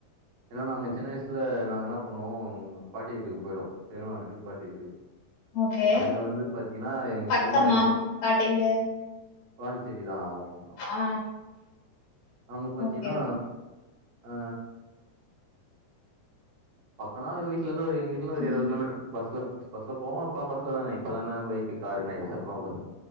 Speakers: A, on the right (about 80°); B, on the left (about 65°).
A: ஏனா நாங்க சின்ன வயசுல நாங்க என்ன பண்ணுவோம் பாட்டி வீட்டுக்கு போயிடு பெரிமா வீட்டுக் பாட்டி வீட்டுக்கு
B: ஓகே
A: அங்க வந்து பாத்தீங்கன்னா எங்க
B: பக்கமா
A: பெரிமா வீட்லா
B: பாட்டி வீடு
A: பாண்டிச்சேரி தா அவுங்களா
B: ஆ
A: அவுங்க பாத்தீன்னா
B: ஓகே
A: ஆ பக்கொனா எ வீட்லருந்து ஒரு எங்க வீட்லந்து ஒரு
B: ம்
A: எழுவது கிலோமீட்டர் பஸ்ல பஸ்ல போவோ அப்ற பஸ்லதானே இப்பதான பைக் காருன் ஆயிடுச்சு அப்பல்லா பஸ்